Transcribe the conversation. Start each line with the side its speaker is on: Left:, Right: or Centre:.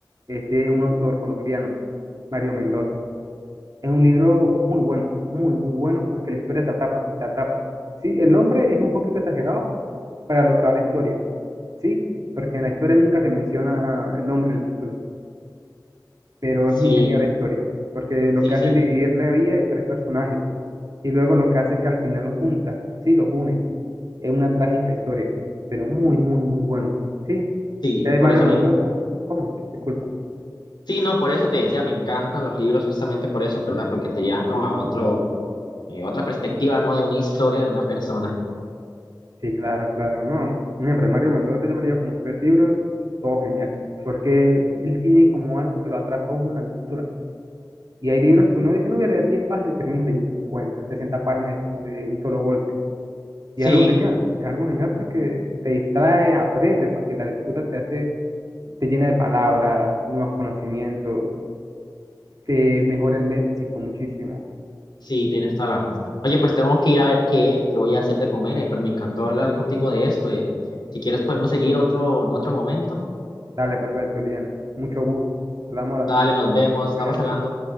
Right: Es de un autor colombiano, Mario Mendoza. Es un libro muy bueno, muy, muy bueno porque la historia te atrapa, te atrapa. Sí, el nombre es un poquito exagerado para lo que va la historia, sí, porque en la historia nunca se menciona el nombre del título, pero es muy
Left: Sí,
Right: genial la historia, porque lo
Left: sí,
Right: que hace
Left: sí,
Right: es dividir la vida de tres personajes y luego lo que hace es que al final los junta, sí, los une. Es una trágica historia, pero muy, muy, muy bueno. Sí,
Left: sí,
Right: ya de
Left: por
Right: Mario
Left: eso
Right: Mendoza,
Left: me,
Right: ¿cómo? Disculpa.
Left: sí, no, por eso te decía, me encantan los libros justamente por eso, ¿verdad? Porque te llevan como a otro, eh, otra perspectiva, ¿no? De una historia de una persona.
Right: Sí, claro, claro, no. Un ejemplo, Mario Mendoza ya me leyó como tres libros, todos geniales. Porque el cine como algo que lo atrapa a uno en la lectura. Y hay libros que uno dice, no voy a leer 10 páginas y terminas leyendo 50 60 páginas de, co- de un solo golpe.
Left: Sí,
Right: Y es algo genial, es algo genial porque te distrae, aprendes, porque la lectura te hace, te llena de palabras, nuevos conocimientos, te mejora el léxico muchísimo.
Left: sí, tienes toda la razón. Oye, pues tengo que ir a ver qué, qué voy a hacer de comer, eh, pero me encantó hablar contigo de esto. eh. Si quieres podemos seguir otro en otro momento.
Right: Dale, perfecto, Lian. Mucho gusto. Hablamos a la
Left: Dale,
Right: siguiente
Left: nos
Right: vez.
Left: vemos,
Right: Cuídate.
Left: estamos hablando.